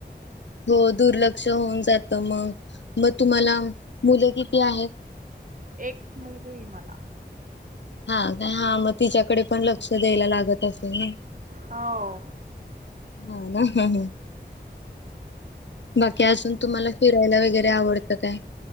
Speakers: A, on the left; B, on the right.
A: हो दुर्लक्ष होऊन जातं मग. मग तुम्हाला मुलं किती आहेत?
B: एक मुलगी आहे मला.
A: हा. का? हाय म- तिच्याकडे पण लक्ष द्यायला लागत असेल ना?
B: हो
A: हो ना? हं. हं. बाकी अजून, तुम्हाला फिरायला वगैरे आवडतं काय?